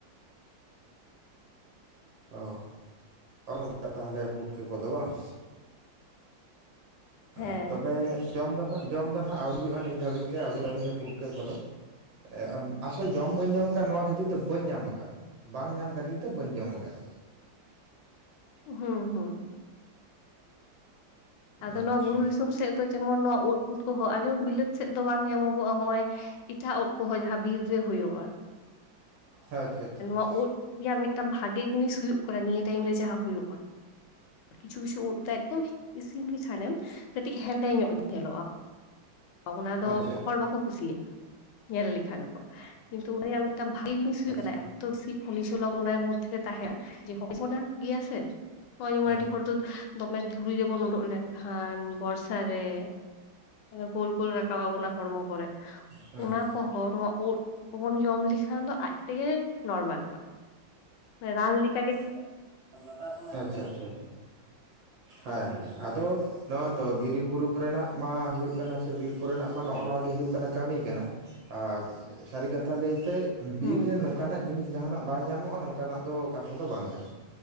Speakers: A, on the right; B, on the left.
A: ᱚ ᱚᱱ ᱚᱱᱠᱟ ᱛᱟᱦᱟᱞᱮ ᱯᱩᱴᱠᱟᱹ ᱠᱚᱫᱚ ᱵᱟᱝ᱾
B: ᱦᱮᱸ
A: ᱟᱸᱨ ᱛᱚᱵᱮ ᱡᱚᱢ ᱫᱚ ᱱᱟᱦᱟᱸᱜ ᱡᱚᱢ ᱫᱚ ᱱᱟᱦᱟᱸᱜ ᱟᱣᱨᱤ ᱦᱩᱭᱩᱜ-ᱟ ᱱᱤᱛ ᱫᱷᱟᱹᱵᱤᱡ ᱛᱮ ᱟᱹᱣᱨᱤ ᱡᱚᱢ ᱜᱮᱭᱟ ᱯᱩᱴᱠᱟᱹ ᱠᱚᱫᱚ᱾ ᱮᱸ ᱟᱢ ᱟᱥᱚᱞ ᱡᱚᱢ ᱵᱟᱹᱧ ᱡᱚᱢ ᱟᱠᱟᱜ ᱱᱚᱣᱟ ᱠᱷᱟᱹᱛᱤᱨ ᱛᱮ ᱵᱟᱹᱧ ᱧᱟᱢ ᱟᱠᱟᱜ-ᱟ᱾ ᱵᱟᱝ ᱧᱟᱢ ᱠᱷᱟᱹᱛᱤᱨ ᱛᱮ ᱵᱟᱹᱧ ᱡᱚᱢ ᱟᱠᱟᱜ-ᱟ,
B: ᱦᱩᱸ ᱦᱩᱸ᱾ ᱟᱫᱚ
A: ᱟᱪᱪᱷᱟ
B: ᱱᱚᱣᱟ ᱵᱩᱨᱩ ᱫᱤᱥᱚᱢ ᱥᱮᱫ ᱫᱚ ᱡᱮᱢᱚᱱ ᱱᱚᱣᱟ ᱩᱫ ᱯᱩᱴᱠᱟᱹ ᱦᱚᱸ ᱟᱡᱚᱢ ᱵᱤᱞᱟᱹᱛ ᱥᱮᱫ ᱫᱚ ᱵᱟᱝ ᱧᱟᱢᱚᱜᱚᱜ-ᱟ ᱦᱚᱸᱜ-ᱚᱭᱼᱼ ᱤᱴᱷᱟᱜ ᱩᱫ ᱠᱚᱦᱚᱸ ᱡᱟᱦᱟᱸ ᱵᱤᱨ ᱨᱮ ᱦᱳᱭᱳᱜ-ᱟ᱾
A: ᱟᱪᱪᱷᱟ ᱟᱪᱷᱟ ᱪᱷᱟᱪᱟ᱾
B: ᱩᱫ ᱜᱤ ᱦᱟᱸᱜ ᱢᱤᱫᱴᱟᱝ ᱵᱷᱟᱜᱤ ᱡᱤᱱᱤᱥ ᱦᱩᱭᱩᱜ ᱠᱟᱱᱟ ᱱᱤᱭᱟᱹ ᱴᱟᱭᱤᱢ ᱨᱮᱼ ᱡᱟᱦᱟᱸ ᱦᱩᱭᱩᱜ-ᱟ ᱠᱤᱪᱷᱩ ᱠᱤᱪᱷᱩ ᱩᱫ ᱫᱚ ᱮᱠᱫᱚᱢᱼᱼ ᱤᱥᱤᱱ ᱞᱤᱠᱷᱟᱱᱮᱢ ᱠᱟᱹᱴᱤᱡ ᱦᱮᱸᱫᱮ ᱧᱚᱜ ᱧᱮᱞᱚᱜ-ᱟ᱾ ᱛᱚ ᱚᱱᱟ ᱫᱚ
A: ᱟᱪᱪᱷᱟ ᱟᱪᱪᱷᱟ
B: ᱦᱚᱲ ᱵᱟᱠᱚ ᱠᱩᱥᱤᱭᱟᱜ-ᱟ᱾ ᱧᱮᱞ ᱞᱤᱠᱷᱟᱱ ᱠᱚ ᱠᱤᱱᱛᱩ ᱩᱱᱤᱭᱟᱜ ᱢᱤᱫᱴᱟᱝ ᱵᱷᱟᱜᱤ ᱡᱤᱱᱤᱥ ᱦᱩᱭᱩᱜ
A: ᱟᱪᱪᱷᱟ
B: ᱠᱟᱱᱟ ᱮᱠᱼᱼ ᱛᱩᱞᱥᱤ ᱯᱷᱩᱱᱤ ᱥᱚᱞᱚ ᱵᱚᱱᱟᱭ ᱢᱚᱫᱽᱫᱷᱮ ᱨᱮ ᱛᱟᱦᱮᱸᱜ ᱡᱮ ᱦᱚᱸᱜ ᱡᱮ ᱚᱱᱟ ᱜᱤᱭᱟᱹ ᱥᱮ ᱾ ᱱᱚᱜ-ᱚᱭ ᱡᱮᱢᱚᱱ
A: ᱦᱮᱸ
B: ᱟᱹᱰᱤ ᱦᱚᱲ ᱫᱚ ᱫᱚᱢᱮ ᱫᱷᱩᱲᱤ ᱨᱮᱵᱚᱱ ᱚᱰᱚᱜ ᱞᱮᱱᱠᱷᱟᱱ ᱵᱚᱨᱥᱟ ᱨᱮᱼᱼ ᱮ ᱚᱱᱟ ᱜᱳᱞ ᱜᱳᱞ ᱨᱟᱠᱟᱵ ᱟᱵᱚᱱᱟ ᱦᱚᱲᱢᱚ ᱠᱚᱨᱮ
A: ᱦᱮᱸ
B: ᱚᱱᱟ ᱠᱚᱼᱼ ᱦᱚᱲ ᱱᱚᱣᱟ ᱩᱫ ᱠᱚᱵᱚᱱ ᱡᱚᱢ ᱞᱮᱠᱷᱟᱱ ᱫᱚ ᱟᱡ ᱛᱮᱜᱮ ᱱᱚᱨᱢᱟᱞᱚᱜ-ᱟ᱾ ᱢᱮ ᱨᱟᱱ ᱞᱤᱠᱼᱼ
A: <unintelligible> ᱟᱪᱪᱷᱟ ᱟᱪᱪᱷᱟ <inaudible> ᱪᱷᱟ ᱦᱮᱸ ᱦᱮᱸ ᱟᱫᱚᱼᱼ ᱱᱚᱜ-ᱚᱸᱭ ᱛᱚ ᱫᱤᱨᱤ ᱵᱩᱨᱩ ᱠᱚᱨᱮ ᱱᱟᱜ ᱢᱟ ᱦᱩᱭᱩᱜ ᱠᱟᱱᱟ ᱥᱮ ᱵᱤᱨ ᱠᱚᱨᱮ ᱱᱟᱜ ᱢᱟ ᱱᱚᱜ-ᱚ ᱱᱚᱶᱟ ᱜᱮ ᱦᱩᱭᱩᱜ ᱠᱟᱱᱟ ᱠᱟᱹᱢᱤ ᱠᱟᱱᱟ᱾ ᱟᱨ ᱥᱟᱨᱤ ᱠᱟᱛᱷᱟ ᱞᱟᱹᱭ ᱛᱮᱜᱼᱼ ᱵᱤᱨ
B: ᱦᱩᱸ
A: ᱨᱮ ᱱᱚᱝᱠᱟ ᱱᱟᱜ ᱡᱤᱱᱤᱥ ᱡᱟᱦᱟᱸ ᱱᱟᱜ ᱵᱟᱭ ᱧᱟᱢᱚᱜ-ᱟ ᱱᱚᱝᱠᱟ ᱱᱟᱜ ᱫᱚᱼᱼ ᱠᱟᱛᱷᱟ ᱫᱚ ᱵᱟᱝ ᱠᱟᱱᱟ